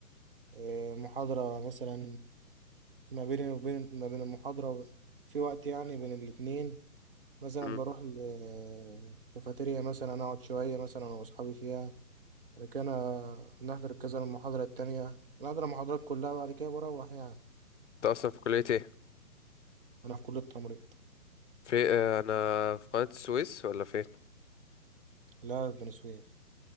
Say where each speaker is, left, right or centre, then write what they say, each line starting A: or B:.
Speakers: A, on the right; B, on the left.
A: إيه، محاضرة مثلا ما بين وبين ما بين المحاضرة و- في وقت يعني بين الاتنين مثلا
B: مم.
A: بروح الكافيتيريا مثلا أقعد شوية مثلا أنا وأصحابي فيها بعد كده أنا نحضر كذا المحاضرة التانية نحضر المحاضرات كلها بعد كده بروح يعني
B: انت اصلا في كليه ايه
A: أنا في كلية تمريض
B: في آه، انا في قناه السويس ولا فين
A: لا في بني سويف